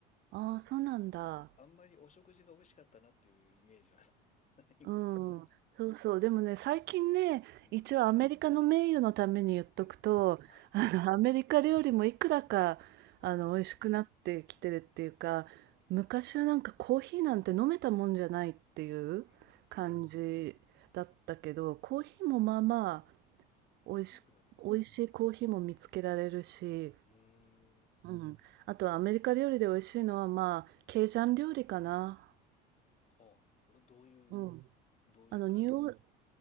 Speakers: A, on the right; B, on the left.
A: ああ、そうなんだ。
B: あんまりお食事が美味しかったなっていうイメージは <laughs> ないんですよね。
A: うん、そうそう。でもね、最近ね、
B: うん。
A: 一応アメリカの名誉のために言っとくと、
B: うんはい。
A: <laughs> あの、アメリカ料理もいくらか、
B: おー、
A: あの、美味しくなってきてるっていうか、昔はなんかコーヒーなんて飲めたもんじゃないっていう感じだったけど、
B: うん。
A: コーヒーもまあまあ、美味し、
B: 良くなってきました。
A: 美味しいコーヒーも見つけられるし、
B: うーん。
A: うん。あとはアメリカ料理で美味しいのはまあ、ケイジャン料理かな。
B: はあ、どどういう
A: うん。
B: どういう感じなんです
A: あの、ニューオー